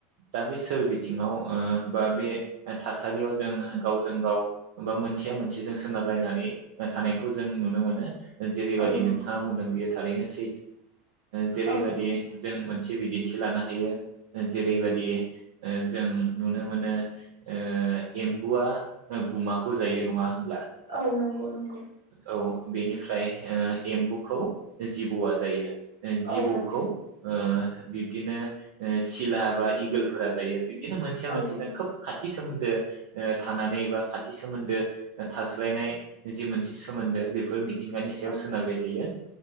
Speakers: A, on the right; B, on the right.
A: दा बे सोर बिथिङाव ओ बा बे थासारियाव जों गावजों गाव बा मोनसेया मोनसे जों सोनारलायनानै ओ थानायखौ जों नुनो मोनो। जेरैबादि
B: औ नंगौ
A: नोंथाङा बुंदों बेयो थारैनो <unintelligible> ओ जेरैबायदि
B: औ नंगौ
A: जों मोनसे बिदिन्थि लानो हायो ओ जेरैबायदि जों नुनो मोनो ओ एम्बु आ गुमाखौ जायो नङा होमब्ला
B: औ नंगौ। नंगौ
A: औ बेनिफ्राय ओ एम्बुखौ जिबौआ जायो। ए जिबौखौ
B: औ नंगौ
A: ओ बिब्दिनो सिला बा इगोलफोरा जायो। बिदिनो मोनसेया
B: औ
A: मोनसेजों
B: नंगौ
A: खोब खाथि सोमोन्दो ओ थानानै एबा खाथि सोमोन्दो थास्लायनाय जि मोनसे सोमोन्दो बेफोर मि मिथिंगानि सायाव
B: औ
A: सोनारबाय थायो